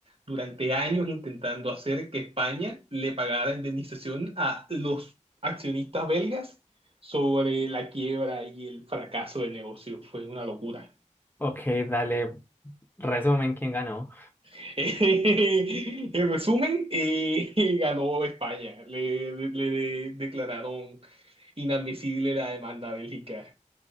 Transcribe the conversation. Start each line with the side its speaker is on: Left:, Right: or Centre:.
Right: durante años intentando hacer que España le pagara la indemnización a los accionistas belgas sobre la quiebra y el fracaso del negocio. Fue una locura.
Left: Ok, dale. Resumen, ¿quién ganó?
Right: <laughs> en resumen, eh, <laughs> ganó España. Le, le- le declararon inadmisible la demanda a Bélgica.